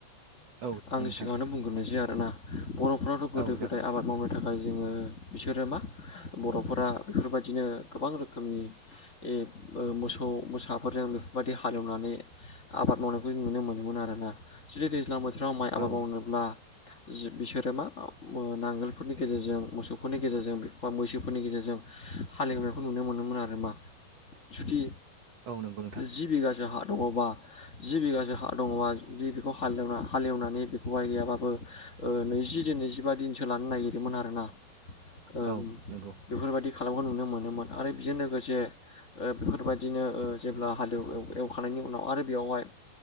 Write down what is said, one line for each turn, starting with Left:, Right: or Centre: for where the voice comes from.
Right: औ जागोन
Left: आंनि
Right: नोंथां
Left: सिगाङावनो
Right: औ
Left: बुंग्रोनोसै आ बर'फ्राथ' गोदो
Right: औ जागोन
Left: गोदाय आ बाद मावनो थाखाय जोंङो बिसोरो मा बर'फोरा बेफोरबायदिनो गोबां रोखोमनि ए मोसौ मोसाफोरजों बेफोरबायदि हालेवनानै आबाद मावनाय बे नुनो मोनोमोन आरोना जुदि दैज्लां बोथोराव माइ आबाद
Right: औ
Left: मावनोब्ला जि बिसोरो मा नांगोलफोरनि गेजेरजों मोसौफोरनि गेजेरजों बा मैसोफोरनि गेजेरजों हालेवनायखौ नुनो मोनोमोन आरो मा सुथि
Right: औ नंगौ नोंथां
Left: जि बिगासो हा दङबा जि बिगासो हा दङबा जुदि बेखौ हालेवना हालेवनानै बेखौहाय गैयाबाबो ओ नैजि दिन नैजिबा दिनसो लानो नागिरोमोन आरोना ओम
Right: औ नंगौ
Left: बेफोरबायदि खालामनायखो नुनो मोनोमोन आरो बेजों लोगोसे ओ बेफोरबायदिनो ओ जेब्ला हालेव एवखांनायनि उनाव आरो बेवहाय